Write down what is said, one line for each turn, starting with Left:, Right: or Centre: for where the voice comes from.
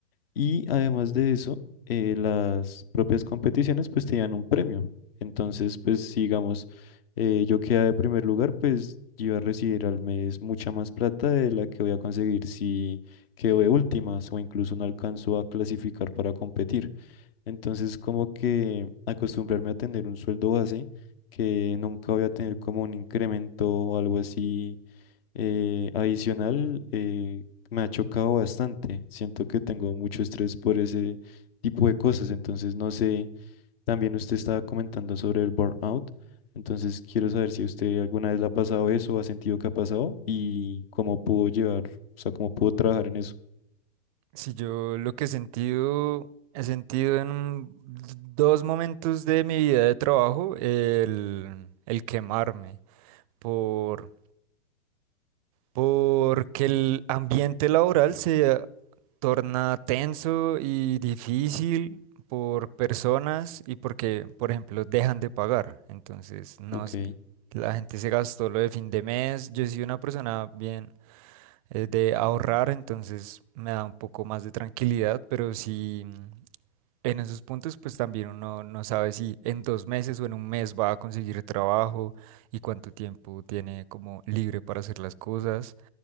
Left: y además de eso, eh, las propias competiciones pues te dan un premio. Entonces, pues si, digamos, eh, yo quedé de primer lugar, pues yo iba a recibir al mes mucha más plata de la que voy a conseguir si quedo de últimas o incluso no alcanzo a clasificar para competir. Entonces, como que acostumbrarme a tener un sueldo base que nunca voy a tener como un incremento o algo así eh, adicional, eh, me ha chocado bastante. Siento que tengo mucho estrés por ese tipo de cosas. Entonces, no sé, también usted estaba comentando sobre el burnout. Entonces, quiero saber si usted alguna vez le ha pasado eso, ha sentido que ha pasado y cómo pudo llevar, o sea, cómo pudo trabajar en eso.
Right: Si yo lo que he sentido, he sentido en dos momentos de mi vida de trabajo, el, el quemarme por, porque el ambiente laboral se torna tenso y difícil por personas y porque, por ejemplo, dejan de pagar. Entonces, no,
Left: Ok,
Right: s- la gente se gastó lo de fin de mes. Yo soy una persona bien eh, de ahorrar, entonces me da un poco más de tranquilidad, pero si en esos puntos, pues también uno no sabe si en dos meses o en un mes va a conseguir trabajo y cuánto tiempo tiene como libre para hacer las cosas.